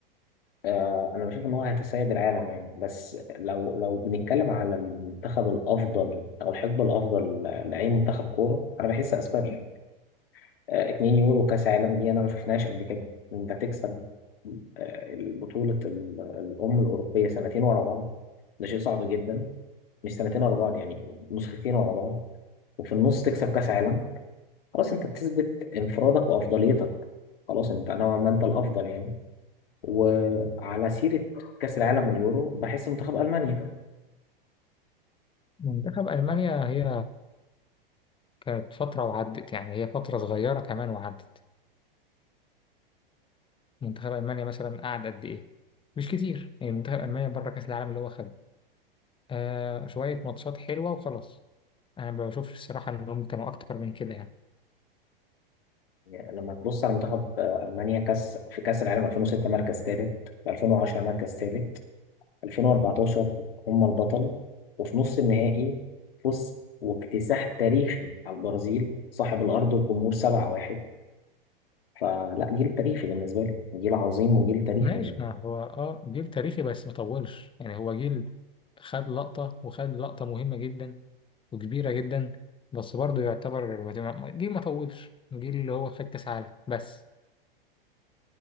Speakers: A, on the left (about 75°); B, on the left (about 15°).
A: آه، أنا بشوف إن هو هيتسيد العالم يعني بس لو لو بنتكلم على المنتخب الأفضل أو الحقبة الأفضل ل- لأي منتخب كورة أنا بحس إسبانيا آه، 2 يورو كاس عالم دي انا ما شفناش قبل كده انت تكسب آه، البطولة ال- الأم الأوروبية سنتين ورا بعض ده شيء صعب جدا مش سنتين ورا بعض يعني نسختين ورا بعض وفي النص تكسب كأس عالم خلاص أنت بتثبت انفرادك وأفضليتك خلاص أنت نوعا ما أنت الأفضل يعني وعلى سيرة كأس العالم واليورو بحس منتخب ألمانيا
B: منتخب المانيا هي كانت فتره وعدت يعني هي فتره صغيره كمان وعدت منتخب ألمانيا مثلا قعد قد إيه؟ مش كتير يعني منتخب ألمانيا بره كأس العالم اللي هو خده آه شوية ماتشات حلوة وخلاص أنا ما بشوفش الصراحة إنهم كانوا أكتر من كده يعني
A: يعني لما تبص على منتخب آه، ألمانيا كأس في كأس العالم 2006 مركز ثالث 2010 مركز ثالث 2014 هم البطل وفي نص النهائي فوز واكتساح تاريخي على البرازيل صاحب الأرض والجمهور 7-1 فلا جيل تاريخي بالنسبة لي جيل عظيم وجيل تاريخي
B: ماشي ما هو أه جيل تاريخي بس ما طولش يعني هو جيل خد لقطة وخد لقطة مهمة جدا وكبيرة جدا بس برضه يعتبر ما- جيل ما طولش جيل اللي هو خد كأس عالم بس